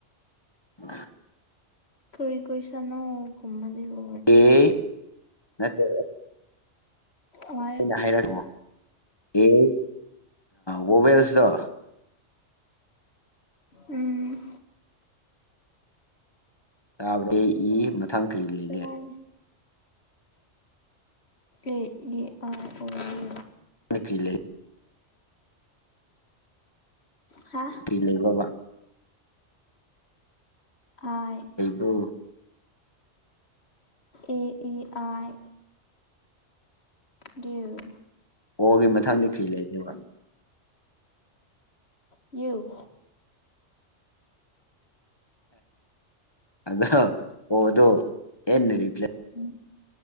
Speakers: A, on the left (about 20°); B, on the left (about 60°).
A: ꯑ
B: ꯇꯣꯏ ꯀꯣꯏꯁꯅꯣ ꯀꯨꯃꯗ ꯂ
A: ꯑꯦ ꯅꯠꯇ
B: ꯍꯣꯏ
A: ꯑꯩꯅ ꯍꯥꯏꯔꯛꯉꯣ ꯑꯦ ꯋꫭꯕꯦꯜꯁꯇꯣ
B: ꯎꯝ꯫
A: ꯇꯥꯕꯗ ꯏ ꯃꯊꯪ ꯀꯔꯤ ꯂꯩꯒꯦ
B: ꯇꯥꯏ ꯑ‌ꯦ ꯫ꯏ ꯑꯥꯏ ꯑꯣ ꯌꯨ
A: ꯃꯄꯤ ꯂꯩ
B: ꯍꯥ
A: ꯂꯩꯕꯔꯕ
B: ꯑ
A: ꯑꯗꯨ
B: ꯑꯦ ꯏ ꯑꯥꯏ ꯒ‌ꯦꯝ
A: ꯑꯣꯒꯤ ꯃꯊꯪꯗ ꯀꯔꯤ ꯂꯩꯒ‌ꯦꯕ
B: ꯌꯨ
A: ꯑꯗꯣ ꯍꯗ ꯌꯦ ꯔꯤ꯭ꯂꯥꯏ
B: ꯎꯝ